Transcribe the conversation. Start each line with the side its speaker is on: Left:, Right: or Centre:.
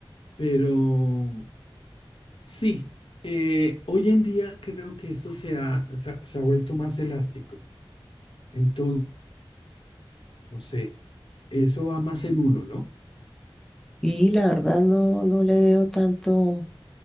Left: pero Sí, eh, hoy en día creo que eso se ha, se ha, se ha vuelto más elástico. Entonces, no sé, eso va más en uno, ¿no?
Centre: Y la verdad no, no le veo tanto,